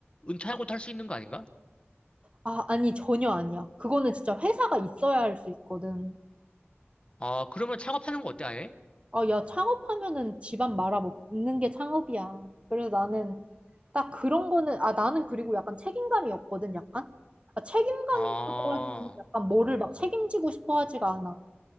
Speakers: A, on the left; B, on the right.
A: 은퇴하고도 할 수 있는 거 아닌가?
B: 아, 아니, 전혀 아니야. 그거는 진짜 회사가 있어야 할 수 있거든.
A: 아, 그러면 창업하는 거 어때, 아예?
B: 아, 야, 창업하면은 집안 말아 먹는 게 창업이야. 그래서 나는 딱 그런 거는, 아, 나는 그리고 약간 책임감이 없거든, 약간? 아, 책임감이라고
A: 아,
B: 하기 약간 뭐를 막 책임지고 싶어 하지가 않아.